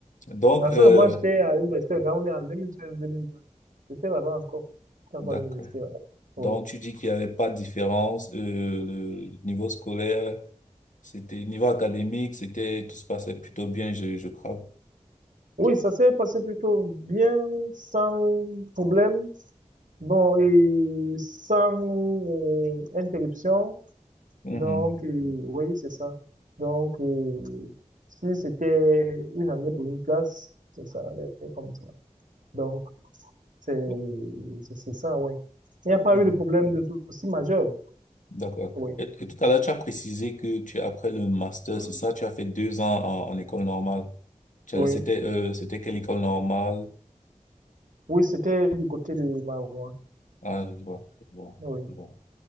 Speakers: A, on the left (about 80°); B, on the right (about 85°).
A: Donc
B: En
A: euh,
B: ce moment, j'étais à l'université. Là, on est en 2013-2012. J'étais là-bas encore. J'étais encore
A: d'accord.
B: à l'université là.
A: Donc,
B: Oui.
A: tu dis qu'il n'y avait pas de différence. euh, le niveau scolaire, c'était, niveau académique, c'était, tout se passait plutôt bien, je, je crois.
B: Oui, ça s'est passé plutôt bien, sans problème. Bon, et sans euh, interruption.
A: Mhm.
B: Donc, euh, oui, c'est ça. Donc, euh, si c'était une année pour une classe, ça, ça allait comme ça. Donc, c'est,
A: Oh,
B: c'est c'est ça, oui. Il n'y a pas
A: mhm.
B: eu de problème de souci majeur.
A: D'accord.
B: Oui,
A: Et, et tout à l'heure, tu as précisé que tu, après le master, c'est ça, tu as fait deux ans en, en école normale. Tu
B: oui.
A: as- C'était, euh, c'était quelle école normale?
B: Oui, c'était du côté de ma maman.
A: Ah, je vois, je vois,
B: Oui,
A: je vois.